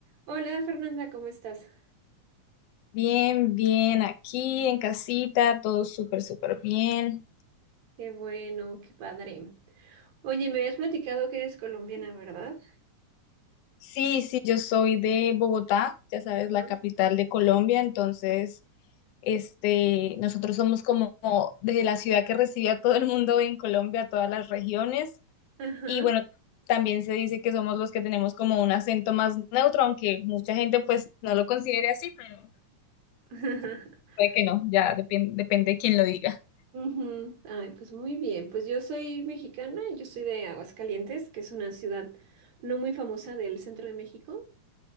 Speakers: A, on the right; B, on the left.
A: Hola Fernanda, ¿cómo estás?
B: Bien, bien, aquí en casita, todo súper, súper bien.
A: Qué bueno, qué padre. Oye, me habías platicado que eres colombiana, ¿verdad?
B: Sí, sí, yo soy de Bogotá, ya sabes,
A: Ajá.
B: la capital de Colombia, entonces, este, nosotros somos como desde la ciudad que recibe a todo el mundo en Colombia, todas las regiones,
A: Ajá.
B: y bueno, también se dice que somos los que tenemos como un acento más neutro, aunque mucha gente pues no lo considere así, pero
A: <laughs>
B: puede que no, ya depen- depende de quién lo diga.
A: Ujú. Ay, pues muy bien. Pues yo soy mexicana, yo soy de Aguascalientes, que es una ciudad no muy famosa del centro de México.